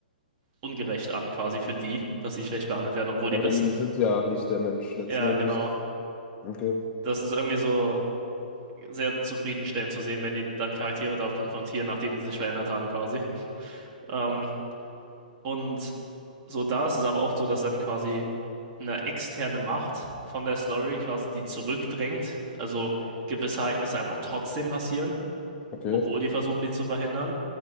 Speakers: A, on the right (about 35°); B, on the left (about 25°).
A: ungerecht an, quasi für die, dass sie schlecht behandelt werden, obwohl
B: Ja,
A: die wissen.
B: weil die sind ja nicht der Mensch letzten
A: Ja,
B: Endes.
A: genau.
B: Okay,
A: Das ist irgendwie so sehr zufriedenstellend zu sehen, wenn die dann Charaktere darauf konfrontieren, nachdem die sich verändert haben, quasi. Ähm, und so da ist es aber oft so, dass dann quasi eine externe Macht von der Story quasi die zurückdrängt. Also gewisse Ereignisse einfach trotzdem passieren
B: okay.
A: obwohl die versuchen, die zu verhindern,